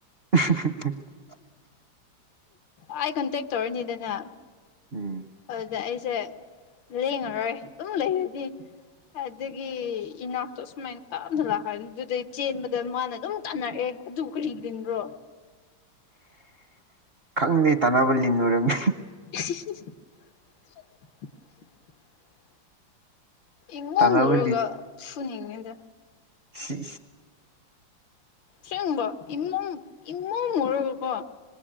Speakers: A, on the right (about 50°); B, on the left (about 80°).
A: <unintelligible>
B: ꯑꯥꯏ ꯈꯟꯇꯦꯛ ꯇꯧꯔꯅꯤꯗꯅ
A: ꯎꯝ
B: ꯑꯗꯨꯗ ꯑꯩꯁꯦ ꯂꯦꯡꯉꯔꯣꯏ ꯑꯗꯨꯝ ꯂꯩꯔꯗꯤ ꯑꯗꯒꯤ ꯏꯅꯥꯛꯇꯣ ꯑ ꯁꯁꯨꯃꯥꯏ ꯇꯥꯞꯅ ꯂꯥꯛꯈꯅꯤ ꯑꯗꯨꯗꯩ ꯆꯦꯟꯕꯗ ꯃꯥꯅ ꯑꯗꯨꯝ ꯇꯥꯟꯅꯔꯛꯑꯦ ꯑꯗꯨ ꯑꯗꯨ ꯀꯗꯟ꯭ꯔꯣ
A: <unintelligible> ꯑꯪꯒꯩ ꯇꯥꯟꯅꯕ ꯂꯤꯟꯅꯨꯔꯝꯃꯤ
B: <unintelligible> ꯏꯃꯨꯡ
A: ꯇꯥꯟꯅꯕ
B: ꯍꯨꯔꯒ ꯁꯨꯅꯤꯡꯉꯦꯗ
A: ꯍ
B: ꯁꯦꯡꯕꯣ ꯏꯃꯝ ꯏꯃꯣꯝ ꯑꯣꯏꯔꯒꯀꯣ